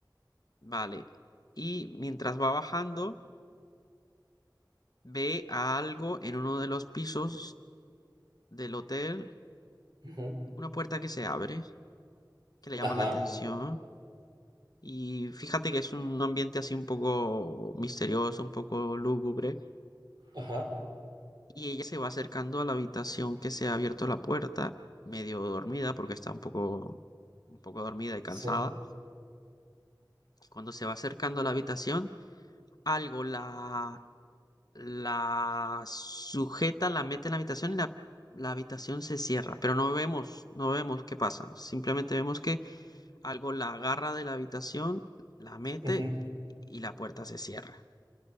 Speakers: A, on the left (about 55°); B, on the right (about 70°).
A: Vale. Y mientras va bajando, ve a algo en uno de los pisos del hotel
B: Ujú.
A: una puerta que se abre, que le llama
B: Ajá,
A: la atención. Y fíjate que es un ambiente así un poco misterioso, un poco lúgubre.
B: ajá.
A: Y ella se va acercando a la habitación que se ha abierto la puerta, medio dormida, porque está un poco, un poco dormida y cansada.
B: Sí,
A: Y cuando se va acercando a la habitación, algo la, la sujeta, la mete en la habitación y la, la habitación se cierra. Pero no vemos, no vemos qué pasa. Simplemente vemos que Algo la agarra de la habitación, la mete
B: Ujú,
A: y la puerta se cierra.